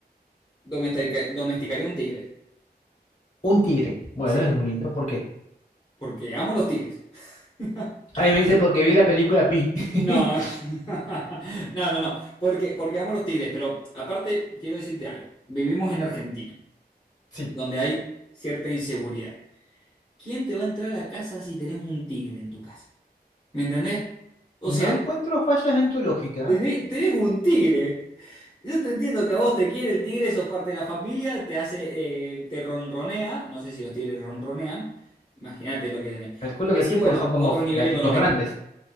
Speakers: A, on the left; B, on the left.
A: domestica- domesticaré un tigre.
B: Un tigre. Bueno,
A: Sí,
B: es muy lindo. ¿Por qué?
A: porque amo los tigres. <laughs>
B: A mí me dice porque vi la película Pi. <laughs>
A: No, <laughs> no, no, no, porque, porque amo a los Tigres, pero aparte quiero decirte algo, vivimos en Argentina,
B: Sí.
A: donde hay cierta inseguridad. ¿Quién te va a entrar a la casa si tenés un tigre en tu casa? ¿Me entendés? O
B: No
A: sea,
B: encuentro fallas en tu lógica.
A: tenés, tenés un tigre. Yo te entiendo que a vos te quiere el tigre, sos parte de la familia, te hace, eh, te ronronea, no sé si los tigres ronronean, imagínate lo que tenés.
B: Calculo
A: Lo que
B: que
A: sí,
B: sí, porque
A: bueno,
B: son como
A: otro
B: f-
A: nivel
B: gatitos
A: económico.
B: grandes.